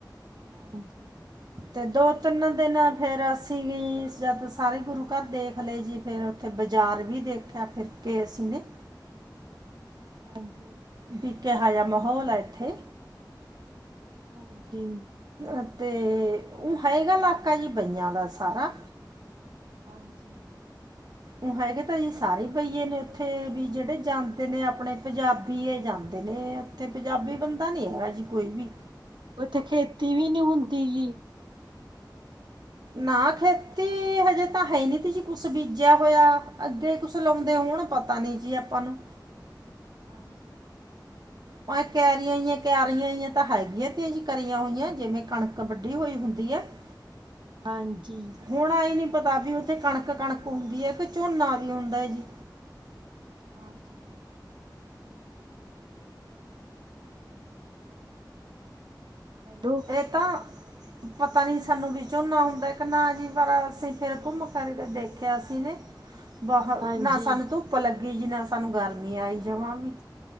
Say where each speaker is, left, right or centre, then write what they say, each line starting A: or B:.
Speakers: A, on the right (about 80°); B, on the right (about 60°).
A: ਹਾਂਜੀ।
B: ਤੇ ਦੋ-ਤਿੰਨ ਦਿਨ ਫੇਰ ਅਸੀਂ ਜਦ ਸਾਰੇ ਗੁਰੂ ਘਰ ਦੇਖ ਲਏ ਜੀ ਫੇਰ ਓਥੇ ਬਾਜ਼ਾਰ ਵੀ ਦੇਖਿਆ ਫਿਰਕੇ ਅਸੀਂ ਨੇ।
A: ਹਾਂਜੀ।
B: ਬੀ ਕਹਾ ਜਾ ਮਾਹੌਲ ਹੈ ਇੱਥੇ
A: ਹਾਂਜੀ।
B: ਅਤੇ ਉ ਹੈਗਾ ਇਲਾਕਾ ਜੀ ਬਈਆਂ ਦਾ ਸਾਰਾ।
A: ਹਾਂਜੀ।
B: ਉਹ ਹੈਗੇ ਤਾਂ ਜੀ ਸਾਰੇ ਬਹੀਏ ਨੇ ਉੱਥੇ ਵੀ ਜਿਹੜੇ ਜਾਂਦੇ ਨੇ ਆਪਣੇ ਪੰਜਾਬੀਏ ਜਾਂਦੇ ਨੇ। ਤੇ ਪੰਜਾਬੀ ਬੰਦਾ ਨੀ ਹੈਗਾ ਜੀ ਕੋਈ ਵੀ।
A: ਉੱਥੇ ਖੇਤੀ ਵੀ ਨੀ ਹੁੰਦੀ ਜੀ।
B: ਨਾ ਖੇਤੀ ਹਜੇ ਤਾਂ ਹੈ ਨੀ ਤੁੀ ਕੁਛ ਬੀਜਿਆ ਹੋਇਆ। ਅੱਗੇ ਕੁਛ ਲਾਉਂਦੇ ਹੋਣ ਪਤਾ ਨੀ ਜੀ ਆਪਾਂ ਨੂੰ।
A: ਹਾਂਜੀ।
B: ਭਾਏ ਕਿਆਰੀਆਂ ਈਆਂ, ਕਿਆਰੀਆਂ ਈਆਂ ਤਾਂ ਹੈਗੀਆਂ ਤੇ ਕਰੀਆਂ ਹੋਈਆਂ ਜਿਵੇਂ- ਕਣਕ ਵੰਡੀ ਹੋਈ ਹੁੰਦੀ ਹੈ। <inaudible>
A: ਹਾਂਜੀ।
B: ਹੁਣ ਏ ਨਈ ਪਤਾ ਵੀ ਓਥੇ ਕਣਕ ਕਣਕ ਹੁੰਦੀ ਹੈ ਕੇ ਝੋਨਾ ਵੀ ਹੁੰਦਾ ਜੀ।
A: ਹਾਂਜੀ। ਹੈਲੋ
B: ਏ ਤਾਂ ਪਤਾ ਨੀ ਸਾਨੂੰ ਵੀ ਝੋਨਾ ਹੁੰਦਾ ਕੇ ਨਾ ਜੀ ਪਰ ਅਸੀਂ ਫੇਰ ਘੁੰਮ ਫਿਰ ਕੇ ਦੇਖੇਆ ਸੀ ਜੀ। ਬਹ
A: ਹਾਂਜੀ
B: ਨਾ ਸਾਨੂੰ ਧੁੱਪ ਲੱਗੀ ਜੀ ਨਾ ਸਾਨੂੰ ਗਰਮੀ ਆਈ ਜਮਾਂ ਵੀ।